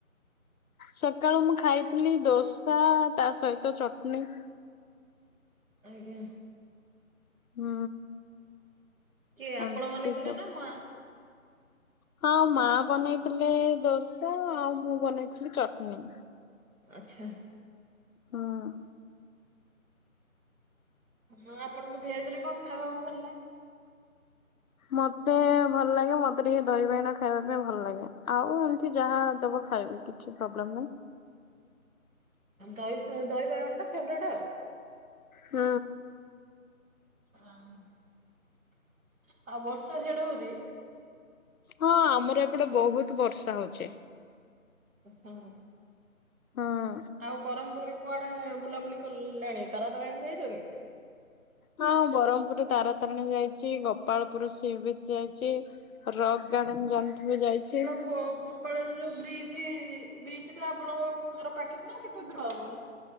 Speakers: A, on the left; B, on the right.
A: ସକାଳୁ ମୁଁ ଖାଇଥିଲି ଦୋସା ତା ସହିତ ଚଟନୀ।
B: ଆଜ୍ଞା।
A: ହୁଁ।
B: କିଏ ଆପଣ
A: ଏମତି
B: ବନେଇଥିଲେ
A: ସବୁ
B: ନା ମା?
A: ହଁ ମା ବନେଇଥିଲେ ଦୋସା ଆଉ ମୁଁ ବନେଇଥିଲି ଚଟନି।
B: ଆଚ୍ଛା।
A: ହଁ।
B: ହଁ ଆପଣଙ୍କୁ ଭେଜ ରେ କଣ ଖାଇବାକୁ ଭଲ ଲେଗେ?
A: ମତେ ଭଲ ଲାଗେ ମତେ ଟିକେ ଦହି ବାଇଗଣ ଖାଇବା ପାଇଁ ଭଲ ଲାଗେ ଆଉ ଏମତି ଯାହା ଦବ ଖାଇବି। କିଛି ପ୍ରୋବ୍ଲେମ୍ ନାହିଁ।
B: ଦ ଦହି ବାଇଗଣ ଟା ଫେବରେଟ୍ ଆଉ।
A: ହଁ।
B: ହ ଆଉ ବର୍ଷା ଝିଆଡେ ହଉଛି କି?
A: ହଁ ଆମର ଏପଟେ ବହୁତ ବର୍ଷା ହଉଛି।
B: <inaudible>
A: ହଁ।
B: ଆଉ ବ୍ରହ୍ମପୁରରେ କୁଆଡେ ବୁଲାବୁଲି କଲେଣି ତାରା ତାରାଣୀ ଯାଇଛନ୍ତି?
A: ହଁଁ ବ୍ରହ୍ମପୁରରେ ତାରା ତାରିଣୀ ଯାଇଛି। ଗ ଗୋପାଳପୁର ସି ବି ଯାଇଛି। ରକ୍ ଗାର୍ଡେନ ଜାନ ଥିବେ ଯାଇଛି।
B: ୋ ଗୋପାଳ ଯୋଉ ବ୍ରିଜ୍ ବ୍ରିଜ ଟା ଆପଣଙ୍କ ଘର ପାଖରେ ନା କେତେ ଦୂର ହବ?